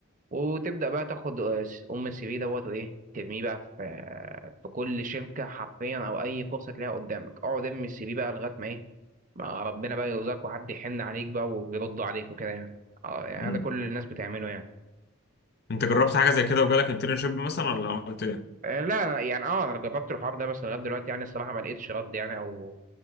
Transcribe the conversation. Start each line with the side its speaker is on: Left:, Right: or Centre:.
Right: وتبدأ بقى تاخد آه، أم السي في دوت وإيه ترميه بقى في آه، في كل شركة حرفيا أو أي فرصة تلاقيها قدامك اقعد ارمي السي في بقى لغاية ما إيه ما ربنا بقى يرزقك وحد يحن عليك بقى ويرد عليك وكده يعني اه يعني
Left: مم.
Right: هذا كل الناس بتعمله يعني
Left: انت جربت حاجة زي كده وجالك انترنشيب مثلا ولا عملت ايه؟
Right: آه، لا لا، يعني اه انا جربت الحوار ده بس لغايه دلوقتي يعني الصراحه ما لقيتش رد يعني او